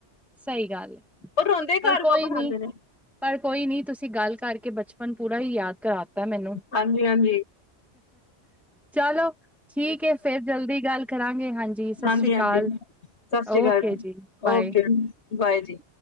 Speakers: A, in the centre; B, on the left (about 80°).
A: ਸਈ ਗੱਲ ਐ
B: ਉਹ ਰੋਂਦੇ
A: ਪਰ
B: ਘਰ
A: ਕੋਈ
B: ਵਾਪਸ
A: ਨੀ।
B: ਆਉਂਦੇ ਨੇ
A: ਪਰ ਕੋਈ ਨਹੀਂ ਤੁਸੀਂ ਗੱਲ ਕਰਕੇ ਬਚਪਨ ਪੂਰਾ ਹੀ ਯਾਦ ਕਰਾ ਤਾ ਮੈਨੂੰ।
B: ਹਾਂਜੀ-ਹਾਂਜੀ।
A: ਚਲੋ ਠੀਕ ਏ ਫੇਰ ਜਲਦੀ ਗੱਲ ਕਰਾਂਗੇ ਹਾਂਜੀ। ਸਤਿ
B: ਹਾਂਜੀ-ਹਾਂਜੀ
A: ਸ੍ਰੀ ਅਕਾਲ
B: ਸਸ ਸ੍ਰੀ
A: ਓਕੇ
B: ਕਾਲ ਜੀ
A: ਬਾਏ।
B: ਓਕੇ ਬਾਏ ਜੀ।